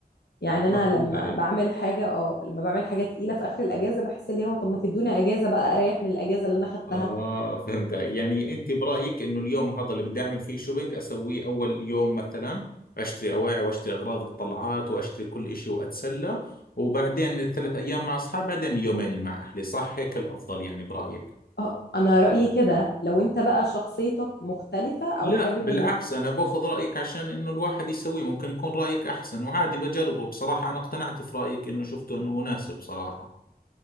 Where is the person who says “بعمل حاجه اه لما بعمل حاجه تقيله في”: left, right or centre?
Left